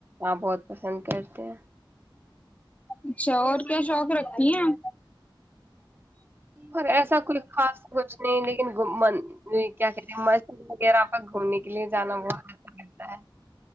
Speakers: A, on the right; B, on the left.
A: آ بہت پسند کرتے ہیں
B: اچھا اور کیا شوق رکھتی ہیں
A: اور ایسا کوئی خاص کچھ نہیں لیکن کیا کہتے م وغیرہ گھومنے کی لیے جانا بہت اچھا لگتا ہے